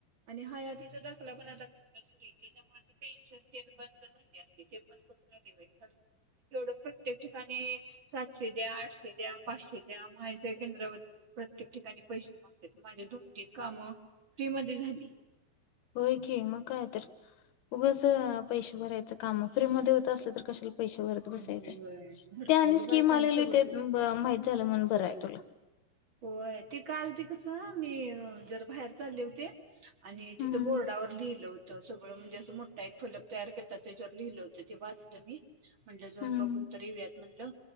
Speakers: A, on the right (about 40°); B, on the left (about 70°).
A: आणि हयातीचा दाखला पण आता कंपलसरीये त्याच्यामुळ पेन्शन तेन बंद झाली अस तिथे पण करूनराली बाई. ख एवढं प्रत्येक ठिकाणी सातशे द्या आठशे द्या पाचशे द्या माझ्या केंद्रावर प्रत्येक ठिकाणी पैसे मागते माझे दोन तीन कामं फ्री मध्ये झाली.
B: होयखे मका य. उगाच पैसे भरायच. काम फ्री मध्ये होत असल तर कशाला पैशे भरत बसायचय.
A: होय भरपूर
B: ते आणि स्किम
A: बायकांनी
B: आलेली
A: सगळं
B: म म्हाईत झाल म्हणून. बरं आहे तुला.
A: होय ते काल ते कसं मी जर बाहेर चालले होते. आणि तिथे
B: हम्म
A: बोर्डावर लिहिलं होत. सगळं म्हणजे असं मोठा एक फलक तयार केलाात त्याच्यावर लिहिलं होते ते वाचलं मी. म्हणलं जन
B: हम्म
A: बघून तर युयात. म्हणलं.